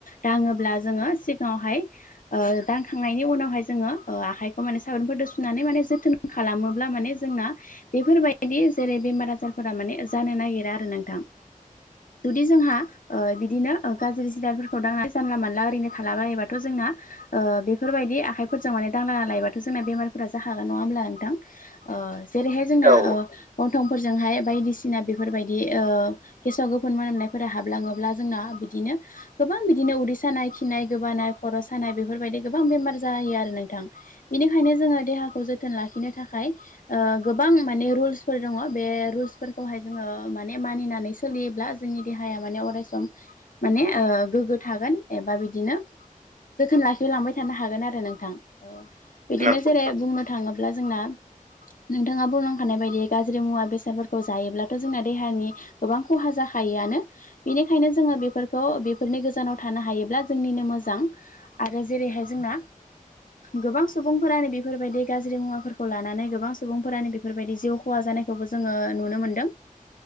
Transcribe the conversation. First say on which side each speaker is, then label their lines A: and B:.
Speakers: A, on the left; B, on the right.
A: दाङोब्ला जोङो सिगाङावहाय ओ दानखांनायनि उनावहाय जोङो ओ आखाइखौ माने साबोनफोरजों सुनानै माने जोथोन खालामोब्ला माने जोंना बेफोरबायदि जेरै बेमार आजार फोर माने जानो नागिरा आरो नोंथां। जुदि जोंहा ओ बिदिनो गाज्रि जििरादफोरखौ दांनानै जानला मानला ओरैनो बायोबाथ' जोंना ओ बेफोरबायदि आखाइफोरजों माने दांला लायोबाथ' जोंना बेमारफोरा जाहागोन नङा होमब्ला नोंथां? ओ जेरैहाय जोंना
B: औ
A: गन्थंफोरजोंहाय बायदिसिना बेफोरबायदि ओ गेसाव गोफोन मोनामनायफोरा हाबलाङोब्ला जोंना बिदिनो गोबां बिदिनो उरि खि फिनाय गोबानाय खर' सानाय बेफोरबायदि गोबां बेमार जायो आरो नोंथां। बेनिखायनो जोङो देहाखौ जोथोन लाखिनो थाखाय ओ गोबां माने रुल्सफोर दङ बे रुल्सफोरखौहाय जोङो माने मानिनानै सोलियोब्ला जोंनि देहाया माने अरायस माने गोग्गो थागोन एबा बिदि बिदिनो जोथोन लाखि लांबाय थानो हागोन आरो नोंथां बिदिनो
B: नंगौ
A: जेरै
B: नंगौ
A: बुंनो थाङोब्ला जोंना नोंथाङा बुंलांखानाय बायदि गाज्रि मुवा बेसादफोरखौ जायोब्लाथ' जोंना देहानि गोबां खहा जाखायिआनो बेनिखायनो जोङो बेफोरखौ बेफोरनि गोजानाव थानो हायोब्ला नो मोजां आरो जेरैहाय जोंना गोबां सुबुंफोरानो बेफोरबायदि गाज्रि मुवाफोरखौ लानानै गोबां सुबुंफोरानो बेफोरबायदि जिउ खहा जानाय थवबो जोङो नुनो मोनदों।